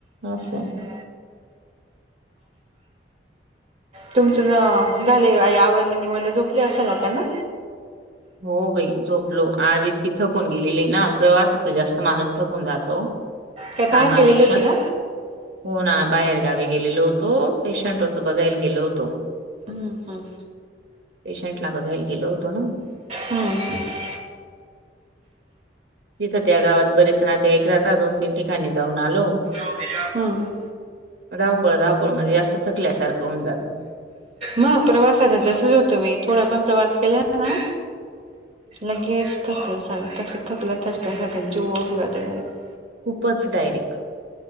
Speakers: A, on the right; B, on the right.
A: अस
B: असं तुमचं ज झालं <unintelligible> आवडलं निवयलं झोपले असाल आता ना?
A: हो बाई झोपलो आज इतकी थकून गेलेली ना प्रवासाचा जास्त माणूस थकून जातो.
B: काय बाहेर
A: कामापेक्षा
B: गेलेले होते का
A: हो ना बाहेर गावी गेलेलो होतो पेशंट होत बघायला गेलो होतो.
B: हम् हम.
A: पेशंट ला बघायला गेलो होतो ना.
B: हम्म हम्म.
A: तिथं त्या गावात बरीेच नातेवाईक राहता दोन तीन ठिकाणी जाऊन आलो.
B: <unintelligible> हम्म.
A: धावपळ धावपळ मध्ये जास्त थकल्यासारखं होऊन जात.
B: मग प्रवासाच तसच होतं बाई थोडा पण प्रवास केला ना लगेच थकल तस थकल्या थरकसाठीख्या जव जात <unintelligible>
A: खूपच डायरेक्ट